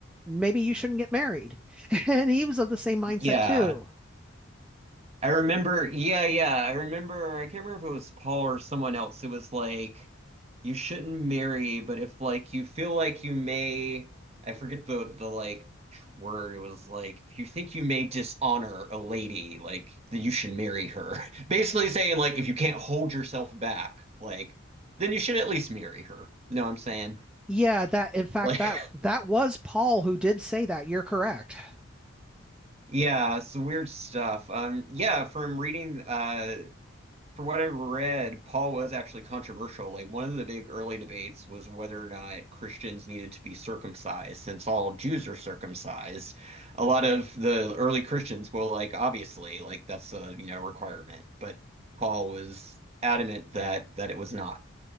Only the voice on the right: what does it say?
Yeah.
I remember, yeah, yeah. I remember, I can't remember if it was Paul or someone else. It was like, you shouldn't marry, but if like you feel like you may, I forget the the like word. It was like, if you think you may dishonor a lady, like that you should marry her. <laughs> Basically saying like, if you can't hold yourself back, like, then you should at least marry her. You know what I'm saying?
Like,
<laughs> yeah, it's weird stuff. Um, yeah, from reading uh from what I read, Paul was actually controversial. Like one of the big early debates was whether or not Christians needed to be circumcised, since all Jews are circumcised. A lot of the early Christians well, like, obviously, like that's a you know requirement, but Paul was adamant that that it was not.